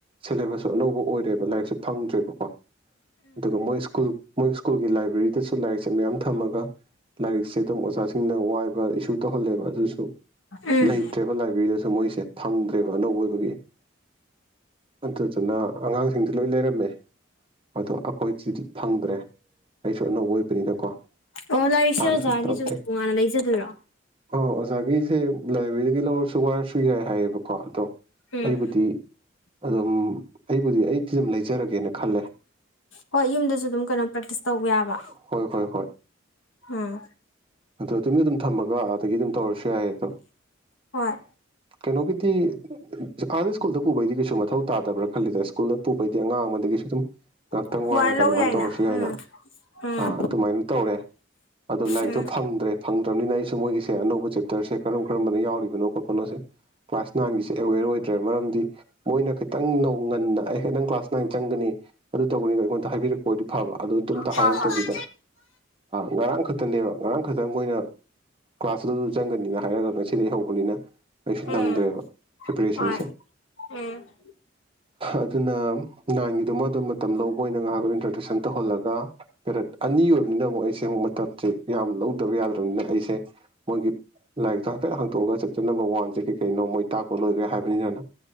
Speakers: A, on the right (about 30°); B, on the left (about 80°).
A: ꯁꯦꯂꯦꯕꯁꯁꯨ ꯑꯅꯧꯕ ꯑꯣꯏꯔꯦꯕ ꯂꯥꯏꯔꯤꯛꯁꯨ ꯗꯔ‌ꯦꯕꯀ‌ꯣ ꯑꯗꯨꯒ ꯃ‌ꯣꯏ ꯁꯀꯨꯜ ꯃ‌ꯣꯏ ꯏꯁꯀꯨꯜꯒꯤ ꯂꯥꯏꯕꯔ‌ꯦꯔꯤꯗ ꯁꯨ ꯂꯥꯏꯔꯤꯛꯁꯦ ꯃꯌꯥꯝ ꯊꯝꯃꯒ ꯂꯥꯏꯔꯤꯛꯁꯦ ꯑꯗꯨꯝ ꯑꯣꯖꯥꯁꯤꯡꯅ ꯋꯥꯏꯕ ꯏꯁꯨ ꯇꯧꯍꯂꯦꯕ ꯑꯗꯨꯁꯨ
B: ꯎꯝ
A: ꯂꯩꯇ꯭ꯔꯦꯕ
B: ꯎꯝ
A: ꯂꯥꯏꯕ꯭ꯔꯦꯔꯤꯗꯁꯨ ꯃꯣꯏꯁꯦ ꯐꯪꯗ꯭ꯔꯦꯕ ꯑꯅꯧꯕ ꯑꯣꯏꯕꯒꯤ ꯑꯗꯨꯗꯨꯅ ꯑꯉꯥꯡꯁꯤꯡꯗꯤ ꯂꯣꯏ ꯂꯩꯔꯝꯃꯦ ꯃ‌ꯦ ꯑꯗꯣ ꯑꯩꯈꯣꯏꯗꯤꯗꯤ ꯐꯪꯗ꯭ꯔꯦ ꯑꯩꯁꯨ ꯑꯅꯧꯕ ꯑꯣꯏꯕꯅꯤꯅꯀꯣ
B: ꯑꯣ ꯂꯥꯏꯔꯤꯛꯁꯦ
A: ꯍꯥꯟꯅꯁꯨ
B: ꯑꯣꯖꯥꯒꯤꯁꯨ
A: ꯇꯥꯛꯇꯦ
B: ꯇꯣꯉꯥꯟꯅ ꯂꯩꯖꯗꯣꯏꯔꯣ
A: ꯑꯣ ꯑꯣꯖꯥꯒꯤ ꯁꯦ ꯂꯥꯏꯕ꯭ꯔꯦꯔꯤꯗꯒꯤ ꯂꯧꯔꯁꯨ ꯋꯥꯔꯁꯨ ꯌꯥꯏ ꯍꯥꯏꯌꯦꯕꯀꯣ ꯑꯗꯣ
B: ꯎꯝ
A: ꯄꯔꯤꯕꯨꯨꯇꯤ ꯑꯗꯨꯝ ꯑꯩꯕꯨꯗꯤ ꯑꯩ ꯊꯤꯝ ꯂꯩꯖꯦ ꯍꯥꯏꯆꯔꯒꯦꯅ ꯈꯜꯂꯦ
B: ꯍꯣꯏ ꯌꯨꯝꯗꯁꯨ ꯑꯗꯨꯝ ꯀꯩꯅꯣ ꯄ꯭ꯔꯦꯛꯇꯤꯁ ꯇꯧꯕ ꯌꯥꯕ
A: ꯍꯣꯏ ꯍꯣꯏ
B: ꯎꯝ
A: ꯑꯣꯃꯤ ꯊꯝꯃꯒ ꯑꯗꯒꯤ ꯑꯗꯨꯝ ꯇꯧꯔꯁꯨ ꯌꯥꯏꯌꯦ ꯑꯗꯣ
B: ꯍꯣꯏ
A: ꯀꯩꯅꯣꯒꯤꯗꯤ ꯑꯥꯗ ꯁ꯭ꯀꯨꯜꯗ ꯄꯨꯕꯩꯗꯤ ꯀꯩꯁꯨ ꯃꯊꯧ ꯇꯥꯗꯕ꯭ꯔꯥ ꯈꯜꯂꯤꯗ ꯁ꯭ꯀꯨꯜꯗ ꯄꯨ ꯑꯉꯥꯡ ꯑꯃꯗꯒꯤꯁꯨ ꯑꯗꯨꯝ ꯉꯥꯏꯍꯥꯛꯇꯪ
B: ꯍꯋꯥꯏ
A: ꯋꯥꯏꯔꯒ
B: ꯂꯧ
A: ꯑꯗꯨꯃꯥꯏꯅ
B: ꯌꯥꯏꯅ
A: ꯇꯧꯔꯁꯨ ꯀꯥꯏꯅ
B: ꯎꯝ ꯎꯝ
A: ꯑꯗꯨꯃꯥꯏꯅ ꯇꯧꯔꯦ ꯑꯗꯣ ꯂꯥꯏꯔꯤꯛꯇꯣ
B: ꯎꯝ
A: ꯐꯪꯗ꯭ꯔꯦ ꯐꯪꯗ꯭ꯔꯅꯤꯅ ꯑꯩꯁꯨ ꯃꯣꯏꯒꯤꯁꯦ ꯑꯅꯧꯕ ꯆꯦꯞꯇꯔꯁꯦ ꯀꯔꯝ ꯀꯔꯝꯕꯅ ꯌꯥꯎꯔꯤꯕꯅꯣ ꯈꯣꯠꯄꯅꯣꯁꯦ ꯀ꯭ꯂꯥꯁ ꯅꯥꯏꯟꯒꯤꯁꯦ ꯑꯦꯋꯦꯔ ꯑꯣꯏꯗ꯭ꯔꯦ ꯃꯔꯝꯗꯤ ꯃꯣꯏꯅ ꯈꯤꯇꯪ ꯅꯧ ꯉꯟꯅ ꯑꯩ ꯍꯦꯛꯇꯪ ꯀ꯭ꯂꯥꯁ ꯅ ꯆꯪꯒꯅꯤ ꯑꯗꯨ ꯇꯧꯕꯅꯤꯅ ꯑꯩꯉꯣꯟꯗ ꯍꯥꯏꯕꯤꯔꯛꯄ ꯑꯣꯏꯗꯤ ꯐꯕ ꯑꯗꯨꯗ ꯑꯝꯇ
B: ꯍꯣꯏ
A: ꯍꯥꯏꯔꯛꯇꯕꯤꯗ
B: ꯍꯣꯏ
A: ꯉꯔꯥꯡ ꯈ ꯈꯛꯇꯅꯦꯕ ꯉꯔꯥꯡ ꯈꯛꯇꯪꯈꯣꯏꯅ ꯀ꯭ꯂꯥꯁ ꯑꯗꯨꯗꯨ ꯆꯪꯒꯅꯤꯅ ꯍꯥꯏꯔꯒ ꯉꯁꯤꯗꯒꯤꯩ ꯍꯧꯕꯅꯤꯅ ꯑꯩꯩꯁꯨ ꯅꯪꯗ꯭ꯔꯦꯕ
B: ꯎꯝ
A: ꯄ꯭ꯔꯤꯄꯦꯔꯦꯁꯟꯁꯦ
B: ꯍꯣꯏ ꯎꯝ
A: ꯑꯗꯨꯅ ꯅꯥꯏꯟꯒꯤꯗꯨꯃ ꯑꯗꯨꯝ ꯃꯇꯝ ꯂꯧꯕ ꯑꯣꯏꯅ ꯉꯥꯏꯍꯥꯛꯇ ꯏꯟꯇ꯭ꯔꯗꯛꯁꯟ ꯇꯧꯍꯜꯂꯒ ꯄꯦꯔꯦꯠ ꯑꯅꯤ ꯑꯣꯏꯕꯅꯤꯅ ꯑꯃꯨꯛ ꯑꯩꯁꯦ ꯑꯃꯨꯛ ꯃꯇꯝꯁꯦ ꯌꯥꯝ ꯂꯧꯗꯕ ꯌꯥꯗ꯭ꯔꯕꯅꯤꯅ ꯑꯩꯁꯦ ꯃꯣꯏꯒꯤ ꯂꯥꯏꯔꯤꯛꯇꯣ ꯍꯥꯏꯐꯦꯠ ꯍꯥꯡꯇꯣꯛꯑꯒ ꯆꯦꯞꯇꯔ ꯅꯝꯕꯔ ꯋꯥꯟꯁꯦ ꯀꯩ ꯀꯩꯅꯣ ꯃꯣꯏ ꯇꯥꯛꯄ ꯂꯣꯏꯈ꯭ꯔꯦ ꯍꯥꯏꯕꯅꯤꯅꯅ